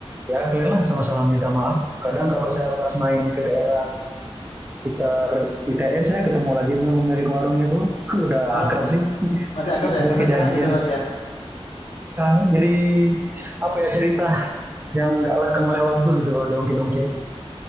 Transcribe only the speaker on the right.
ya clear lah sama-sama minta maaf. Kadang kalau saya pas main ke daerah sekitar ITS ya ketemu lagi dengan pemilik warungnya itu <laughs> udah
akrab sih <laughs>
dari
kejadian
itu.
Nah, jadi apa ya cerita yang nggak lekang oleh waktu gitu kalau diungkit-ungkit